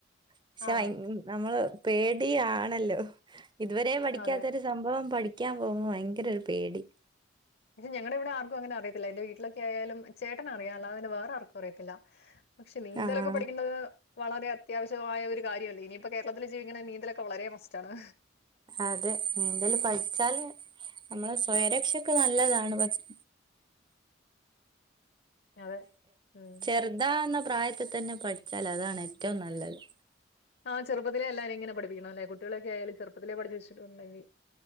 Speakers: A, on the right (about 25°); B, on the left (about 60°).
A: പക്ഷെ
B: ആ
A: നമ്മള് പേടിയാണല്ലോ ഇതുവരെ പഠിക്കാത്തൊരു
B: അതെ.
A: സംഭവം പഠിക്കാൻ പോകുമ്പോ ഭയങ്കര ഒരു പേടി
B: പക്ഷെ ഞങ്ങളുടെ ഇവിടെ ആർക്കും അങ്ങനെ അറിയത്തില്ല എന്റെ വീട്ടിലക്കെയാലും ചേട്ടനറിയാം അല്ലാതെ പിന്നെ വേറെ ആർക്കും അറിയത്തില്ല പക്ഷെ നീന്തലൊക്കെ
A: ആഹ്
B: പഠിക്കേണ്ടത് വളരെ അത്യാവശ്യമായ ഒരു കാര്യാണ് ഇനിയിപ്പോ കേരളത്തില് ജീവിക്കണെങ്കി നീന്തലൊക്കെ വളരെ മസ്റ്റാണ്
A: അതെ നീന്തല് പഠിച്ചാല് നമ്മള് സ്വയംരക്ഷക്ക് നല്ലതാണ് പക്ഷേ
B: അതെ. ഉം.
A: ചെറുതാന്ന പ്രായത്തിൽ തന്നെ പഠിച്ചാൽ അതാണ് ഏറ്റവും നല്ലത്
B: ആഹ് ചെറുപ്പത്തിലെ എല്ലാരെയും ഇങ്ങനെ പഠിപ്പിക്കണല്ലെ കുട്ടികളക്കെയാലും ചെറുപ്പത്തിലെ പഠിച്ച് വെച്ചിട്ടുണ്ടങ്കിൽ